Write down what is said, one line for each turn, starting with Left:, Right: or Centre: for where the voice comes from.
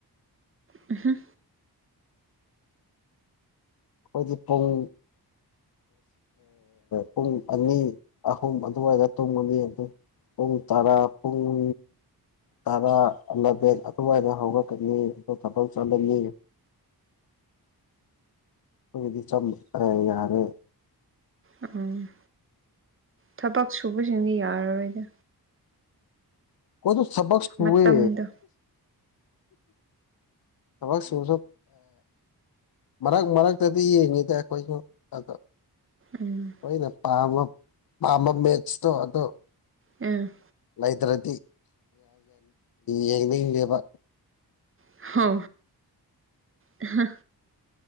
Right: ꯑ
Left: ꯑꯩꯈꯣꯏꯗꯤ ꯄꯨꯡ ꯄꯨꯡ ꯑꯅꯤ ꯑꯍꯨꯝ ꯑꯗꯨꯋꯥꯏꯗ ꯇꯨꯝꯉꯅꯤ ꯑꯗꯨ ꯨꯡ ꯇꯥ ꯄꯨꯡ ꯇꯔꯥꯂꯕꯦꯟ ꯑꯗꯨꯃꯥꯏꯅ ꯍꯧꯔꯛꯀꯅꯤ ꯑꯗꯨ ꯊꯕꯛ ꯆꯠꯂꯅꯤ ꯑꯩꯈꯣꯏꯒꯤꯗꯤ ꯆꯦ ꯌꯥꯔꯦ
Right: ꯎꯝ ꯊꯕꯛ ꯁꯨꯕꯁꯤꯡꯗꯤ ꯌꯥꯔꯔꯣꯏꯗ
Left: ꯀꯣꯏꯁꯨ ꯁꯕꯛ ꯍꯏ
Right: ꯃꯇꯝꯗꯣ
Left: ꯊꯕ ꯁꯁꯨ ꯃꯔꯛ ꯃꯔꯛꯇꯗꯤ ꯌꯦꯡꯉꯤꯗ ꯑꯩꯈꯣꯏꯁꯨ ꯑ
Right: ꯎꯝ
Left: ꯑꯩꯣꯏꯅ ꯄꯥꯝꯕ ꯄꯥꯝꯕ ꯃꯦꯠꯁꯇꯣ ꯑꯗꯣ
Right: ꯑꯝ
Left: ꯂꯩꯇ꯭ꯔꯗꯤ ꯌꯦꯡꯅꯤꯡꯗꯦꯕ
Right: ꯍ ꯍꯥ